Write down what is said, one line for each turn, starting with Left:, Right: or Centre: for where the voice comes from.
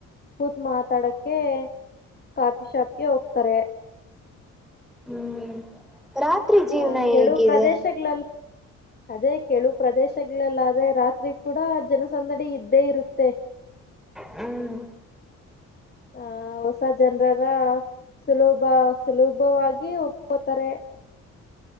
Left: ಕೂತ್ ಮಾತಾಡಕ್ಕೆ ಕಾಫಿ ಶಾಪ್ಗೆ ಹೋಗ್ತಾರೆ
Centre: ಹ್ಮ್ ರಾತ್ರಿ ಜೀವನ
Left: ಹ ಕೆಳು
Centre: ಹೇಗಿದೆ
Left: ಪ್ರದೇಶಲ್ ಅದೇ ಕೆಳು ಪ್ರದೇಶಗಳಲ್ಲಾದ್ರೆ ರಾತ್ರಿ ಕೂಡ ಜನಸಂದಡಿ ಇದ್ದೇ ಇರುತ್ತೆ
Centre: ಹ್ಮ್
Left: ಹ ಹೊಸ ಜನರಾರ ಸುಲಭ ಸುಲಭವಾಗಿ ಒಪ್ಕೋತಾರೆ